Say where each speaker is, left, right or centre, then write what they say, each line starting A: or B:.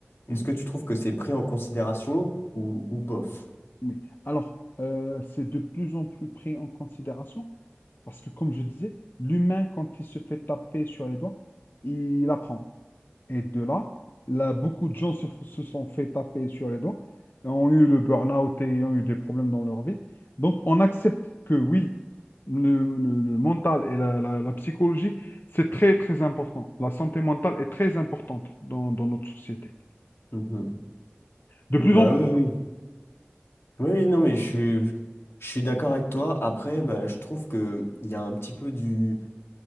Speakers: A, on the left (about 60°); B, on the left (about 90°).
A: mhm.
B: Est-ce que tu trouves que c'est pris en considération ou, ou bof?
A: Mais Alors, euh, c'est de plus en plus pris en considération parce que, comme je disais, l'humain, quand il se fait taper sur les doigts, il apprend. Et de là, là, beaucoup de gens se, f- se sont fait taper sur les doigts, et ont eu le burn-out et ont eu des problèmes dans leur vie. Donc, on accepte que oui, le, le- le mental et la, la- la psychologie, c'est très, très important. La santé mentale est très importante dans, dans notre société.
B: Mhm.
A: De plus
B: Bah
A: en plus.
B: oui, oui. Oui, Oui, non, mais je suis, je suis d'accord avec toi. Après,
A: Oui.
B: bah, je trouve que il y a un petit peu du...